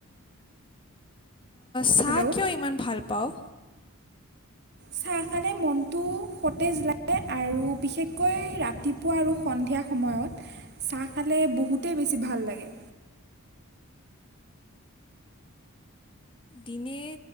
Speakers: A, on the left; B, on the right.
A: চাহ
B: হেল্ল'
A: কিয় ইমান ভাল পাওঁ?
B: চাহ খালে মনটো সতেজ লাগে আৰু বিশেষকৈ ৰাতিপুৱা আৰু সন্ধিয়া সময়ত চাহ খালে বহুতেই বেছি ভাল লাগে।
A: দিনে